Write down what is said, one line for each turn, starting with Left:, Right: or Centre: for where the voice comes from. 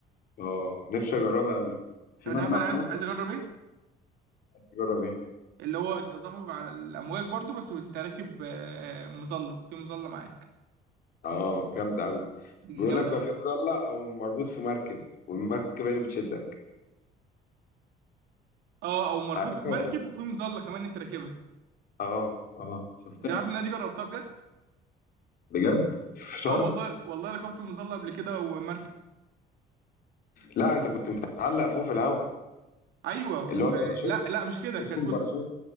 Left: اه نفسي اجربها قوي في
Right: انت مش
Left: منها
Right: عارف انا
Left: في
Right: عايز
Left: مصر
Right: عايز اجرب ايه
Left: نفسي اجرب إيه؟
Right: اللي هو التزحلق على الامواج برضو بس وانت راكب آه، مظلة في مظلة معاك
Left: اه جامدة أوي
Right: دي
Left: بيقول
Right: جامدة
Left: لك بقى في مظلة أو مربوط في مركب والمركب هي اللي بتشدك
Right: اه او مربوط
Left: عارفها
Right: في مركب
Left: ولا لأ؟
Right: وفي مظله كمان انت راكبها
Left: اه اه شفتها
Right: انت عارف
Left: دي
Right: ان انا دي جربتها بجد
Left: بجد في شرم
Right: اه والله والله ركبت مظله قبل كده ومركب
Left: لا أنت كنت متعلق فوق في الهوا
Right: ايوه
Left: اللي
Right: و...
Left: هو الباراشوت
Right: لا لا مش كده
Left: اسمه
Right: كانت
Left: الباراشوت
Right: بص